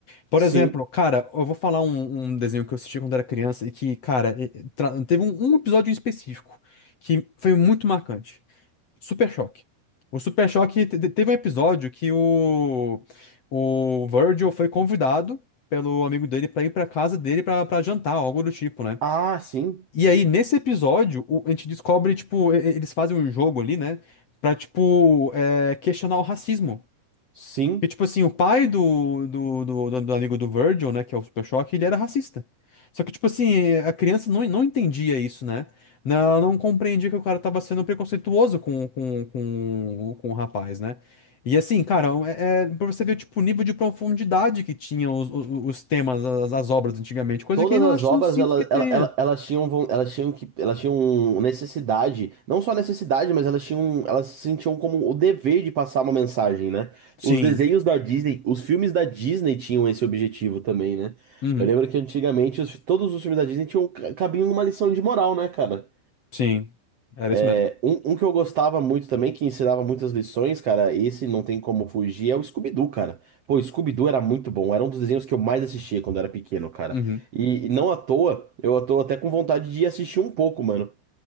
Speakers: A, on the left; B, on the right.
A: Por
B: Sim.
A: exemplo, cara, eu vou falar um, um desenho que eu assisti quando era criança e que, cara, e- tra- teve um, um episódio em específico que foi muito marcante. Super Choque. O Super Choque te- te- teve um episódio que o, o Virgil foi convidado pelo amigo dele pra ir pra casa dele pra pra jantar, algo do tipo, né?
B: Ah, sim,
A: E aí, nesse episódio, o- a gente descobre, tipo, e- e- eles fazem um jogo ali, né? Pra, tipo, é, questionar o racismo.
B: sim.
A: Porque, tipo assim, o pai do, do, do, do- do amigo do Virgil, né, que é o Super Choque, ele era racista. Só que, tipo assim, a criança não, não entendia isso, né? Não, ela não compreendia que o cara tava sendo preconceituoso com, com, com, com o rapaz, né? E assim, cara, é, é pra você ver, tipo, o nível de profundidade que tinham os, os, os temas, as, as obras antigamente, coisa
B: Todas
A: que eu não
B: as
A: acho,
B: obras
A: não sinto
B: elas,
A: que tenha.
B: elas, elas, elas tinham von- elas tinham que elas tinham necessidade, não só necessidade, mas elas tinham elas se sentiam como o dever de passar uma mensagem, né?
A: Sim.
B: Os desenhos da Disney, os filmes da Disney tinham esse objetivo também, né?
A: Uhum.
B: Eu lembro que antigamente os- todos os filmes da Disney tinham cabiam uma lição de moral, né, cara?
A: Sim. Era
B: É,
A: isso mesmo.
B: um, um que eu gostava muito também, que ensinava muitas lições, cara, esse não tem como fugir, é o Scooby-Doo, cara. Pô, o Scooby-Doo era muito bom, era um dos desenhos que eu mais assistia quando era pequeno, cara.
A: Uhum.
B: E, e não à toa, eu tô até com vontade de ir assistir um pouco, mano.